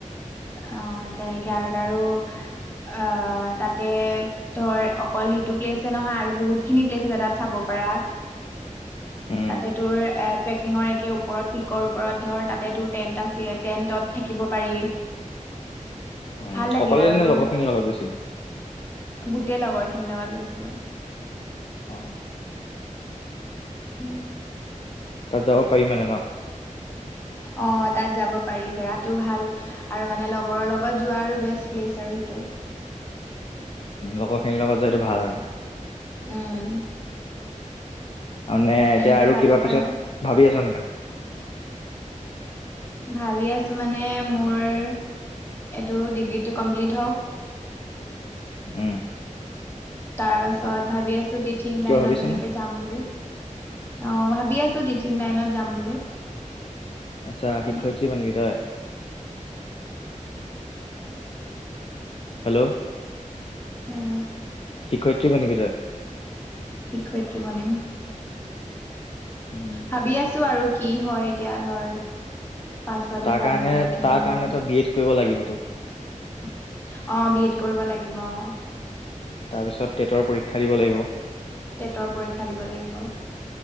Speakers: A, on the left; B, on the left.
A: অ তেনেকে আৰু তাৰো অ তাতে ধৰ অকল সেইটো প্লেছে নহয় আৰু বহুত খিনি প্লেছ আছে তাত চাব। পাৰা।
B: উম
A: তাতে তোৰ এ ট্ৰেকিঙৰ একে ওপৰত পিকৰ ওপৰত ধৰ তাতে তোৰ টেন্ট আছিল। টেন্টত থাকিব পাৰি।
B: উম
A: ভাল লাগিল
B: অকলে
A: আৰু
B: নে
A: তোৰ।
B: লগৰ খিনিৰ লগত গৈছিলি
A: গোটেই লগৰ খিনিৰ লগত গৈছিলো।
B: অ।
A: উম।
B: তাত যাব পাৰি মনে ন।
A: অ তাত যাব পাৰি জেগাতো ভাল আৰু মানে লগৰৰ লগত যোৱাৰো বেষ্ট প্লেচ আৰু। আৰু সেইটো।
B: লগৰখিনিৰ লগত যোৱাটো ভাল আৰু।
A: উম।
B: আৰু নে এতিয়া
A: তেনেকে
B: আৰু
A: যাব
B: কিবা পিছত
A: পাৰ
B: ভাবি আছ নে নাই।
A: ভাবি আছো মানে মোৰ এইটো ডিগ্ৰীটো কমপ্লিট হওক।
B: উ।
A: তাৰ পাছত ভাবি আছো টিচিং
B: কিবা
A: লাইনত
B: ভাবিছনে
A: এনেকে যাম বুলি। অ ভাবি আছো টিচিং লাইনত যাম বুলি।
B: আচ্ছা
A: তেনেকে
B: শিক্ষতি বনিবি তই। হেল্ল'।
A: আৰু
B: শিক্ষয়িত্ৰী বনিবি তই।
A: শিক্ষয়িত্ৰী মনে
B: উম
A: ভাবি আছো আৰু। কি হয় এতিয়া ধৰ। পাছতহে
B: তাৰ
A: জানিম
B: কাৰণে
A: আৰু কিন্তু
B: তাৰ কাৰণে
A: মোৰ। অ
B: তই বি এড কৰিব লাগিবতো
A: বি এড কৰিব লাগিব অ।
B: তাৰপিছত টেটৰ পৰীক্ষা দিব লাগিব।
A: টেটৰ পৰীক্ষা দিব লাগিব।